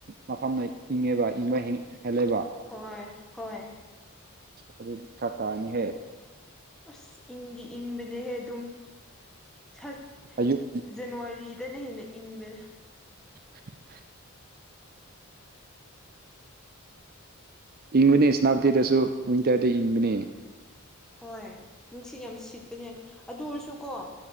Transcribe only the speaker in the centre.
ꯍꯣꯏ ꯍꯣꯏ
ꯑꯁ ꯏꯪꯗꯤ ꯏꯪꯕꯅꯦꯍꯦ ꯑꯗꯨꯝ <unintelligible>
ꯖꯅꯋꯥꯔꯤꯗꯅ ꯍꯦꯟꯅ ꯏꯪꯕ
ꯍꯣꯏ ꯅꯨꯡꯁꯤꯠ ꯌꯥꯝ ꯁꯤꯠꯄꯅꯦ ꯑꯗꯨ ꯑꯣꯏꯔꯁꯨꯀꯣ